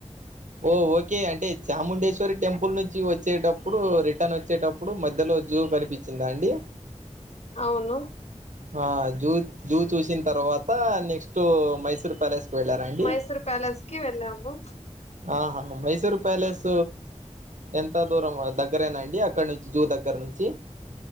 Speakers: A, on the right; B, on the left.
A: ఓ ఓక్ ఓకే అంటే చాముండేశ్వరి టెంపుల్ నుంచి వచ్చేటప్పుడు రి ట్టన్ వచ్చేటప్పుడు మధ్యలో జూ కనిపించిందా అండి
B: అవును
A: ఆ జూ జూ చూసిన తర్వాత్ త్త నెక్స్ట్ మైసూర్ ప్యాలెస్కి వెళ్ళారా అండి
B: మైసూర్ ప్యాలెస్ కి వెళ్ళాము
A: ఆహా మైసూర్ ప్యాలెస్ ఎంత దూరంద దగ్గరేనా అండి అక్కడ నుంచి జూ దగ్గర నుంచి